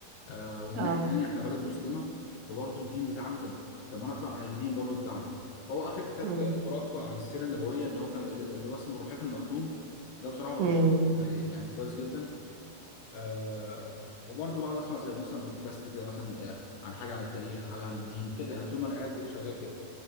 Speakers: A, on the left; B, on the right.
A: آه ومن
B: اه
A: ناحيه تانيه احنا بلد مسلمه فبرضه الدين بتاعنا طب طب ما انا اقرا عن الدين برضه بتاعنا فهو اخر كتاب
B: امم
A: قراته كان عن السيره النبويه ان هو كان ال- اللي هو اسمه الرحيق المختوم ده بصراحه برشحه
B: امم
A: لك يعني كويس جدا آه وبرضه بقعد اسمع زي مثلا بودكاست كده مثلا آه، عن حاجه عن التاريخ حاجه عن الدين كده يعني طول ما انا قاعد كده شغال كده